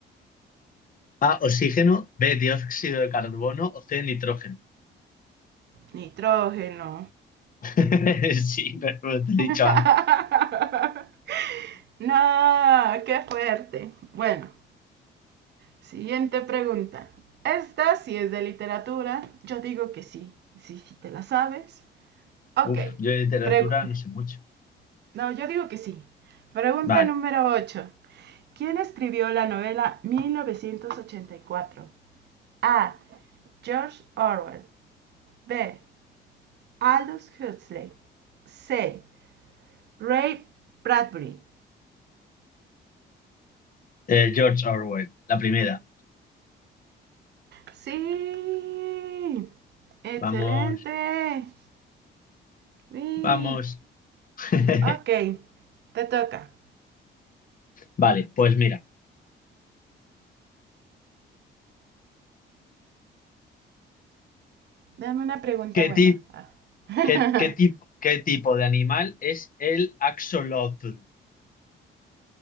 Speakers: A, on the left; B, on the right.
A: A, oxígeno, B, dióxido de carbono o C, nitrógeno.
B: nitrógeno.
A: <laughs> Sí, pero te lo he
B: <laughs>
A: dicho antes.
B: No, qué fuerte. Bueno, siguiente pregunta. Esta sí es de literatura. Yo digo que sí. Sí, sí te la sabes. Ok.
A: Uf, yo de literatura
B: Pregu-
A: no sé mucho.
B: <laughs> no, yo digo que sí. Pregunta
A: Vale,
B: número 8. ¿Quién escribió la novela 1984? A. George Orwell. B. Aldous Huxley. C. Ray Bradbury.
A: Eh, George Orwell, la primera.
B: Sí. Excelente.
A: Vamos,
B: Sí.
A: vamos. <laughs>
B: Ok, te toca.
A: Vale, pues mira,
B: Dame una pregunta
A: ¿qué
B: buena.
A: ti-
B: Ah. <laughs>
A: qué, qué tipo, qué tipo de animal es el axolotl?